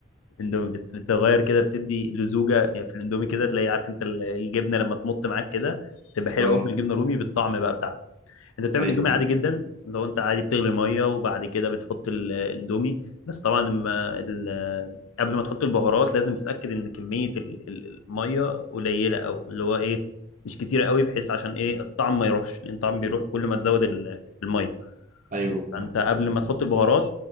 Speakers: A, on the left; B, on the right.
A: اندومي بت- بتغير كده بتدي لزوجه يعني في الاندومي كده تلاقي عارف انت ال- الجبنه لما تمط معاك كده تبقى حلوه
B: اه
A: قوي في الجبنه الرومي بالطعم بقى بتاعها انت بتعمل
B: ايوه
A: اندومي عادي جدا لو انت عادي بتغلي ميه وبعد كده بتحط الاندومي بس طبعا لما ال- قبل ما تحط البهارات لازم تتاكد ان كميه ال- ال- الميه قليله او اللي هو ايه مش كتيره قوي بحيث عشان ايه الطعم ما يروحش لان الطعم بيروح كل ما تزود ال- الميه
B: ايوه
A: فانت
B: فاهم
A: قبل ما تحط البهارات